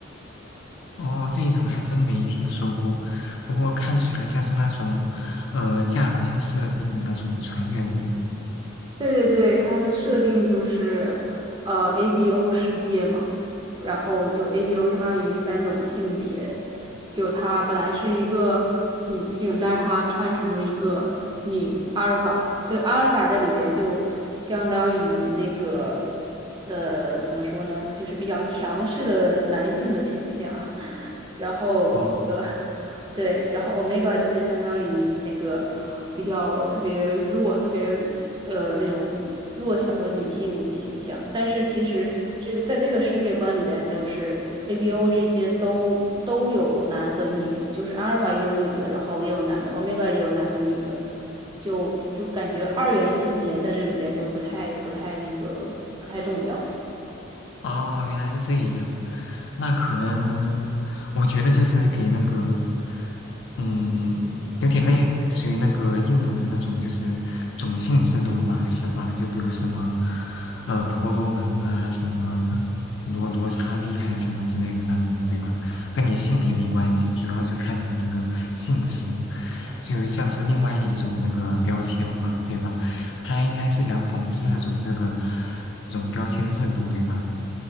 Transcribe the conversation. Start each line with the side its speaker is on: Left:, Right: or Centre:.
Left: 哦，这一种还真没听说过，不过看起来像是那种，呃，架空设定的那种穿越文。
Right: 对对对，它的设定就是，呃，ABO 世界嘛，然后就 ABO 相当于三种性别，就她本来是一个女性，但是她穿成了一个女阿尔法，就阿尔法在里边就相当于那个，呃，怎么说呢，就是比较强势的男性的形象，<laughs> 然后那个。
Left: 哦，
Right: 对，然后 omega 就是相当于那个比较特别弱、特别呃那种弱小的女性形象，但是其实这个在这个世界观里边，就是 ABO 这些都都有男和女，就是阿尔法也有女的，然后也有男的，omega 也有男的女的，就就感觉二元性别在这里边就不太不太那个不太重要。
Left: 哦，原来是这样，那可能，我觉得就是给那个嗯，有点类似于那个印度的那种，就是种姓制度吧，是吧？就比如什么，呃，婆罗门啊，什么罗罗刹利还是什么之类的那种，对吧？跟你性别没关系，主要就看你的这个姓氏，就像是另外一种那个标签吧，对吧？他应该是想讽刺这种这个这种标签制度，对吧？